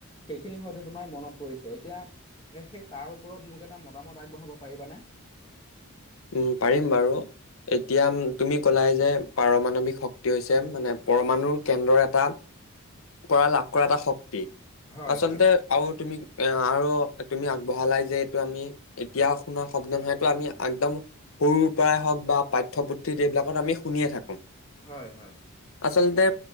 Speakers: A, on the left; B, on the left.
A: সেইখিনি হয়তো তোমাৰ মনত পৰিছে এতিয়া সেই তাৰ ওপৰত মোক এটা মতামত আগবঢ়াব পাৰিবানে
B: উম পাৰিম বাৰু এতিয়া তুমি ক'লাই যে পাৰমাণৱিক শক্তি হৈছে মানে পৰমাণুৰ কেন্দ্ৰৰ এটা পৰা লাভ কৰা এটা শক্তি
A: হয়
B: আচলতে
A: হয়
B: আৰু তুমি এ আৰু তুমি আগবঢ়ালাই যে এইটো আমি এতিয়া শুনাৰ শব্দ নহয়টো আমি একদম সৰুৰ পৰাই হওঁক বা পাঠ্যপুথিত এইবিলাকত আমি শুনিয়ে থাকো।
A: হয় হয়
B: আচলতে